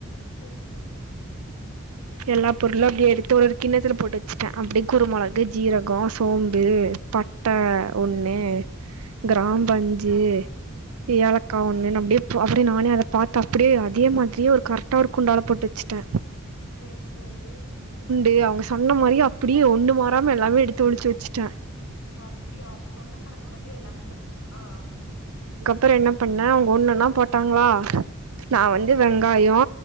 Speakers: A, on the left; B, on the right.
A: செரி செரி
B: எல்லா பொருளு அப்டியே எடுத்து ஒரு கிண்ணத்துல போட்டு வச்சுட்டே அப்டியே குருமொளகு ஜீரகோ சோம்பு பட் ட்ட
A: ஆ
B: ஒண்ணு கிராம்பு
A: ஆ
B: அஞ்ஜு ஏலக்கா
A: ஆ
B: ஒண்ணுனு அப்டியே ஸோ அப்டி நானே அத பாத்து அப்டியே அதயே மாதிரியே ஒரு கரெக்டா ஒரு குண்டால போட்டாச்சு த்த
A: சேரி செரி
B: ஏ அவுங்க சொன்ன மாரியே அப்டியே ஒண்ணு மாறாம எல்லாமே எடுத்து ஒளிச்சு வச்சிட்டே
A: ஓ அப்டியா அவங்க சொன்ன கணக்கு படியே எல்லாமே பண்ணியா
B: அப்பறோ என்ன பண்ண அவங்க ஒண்ணுன்னா போட்டாங்களா நா
A: ஆ
B: வந்து வெங்காயோ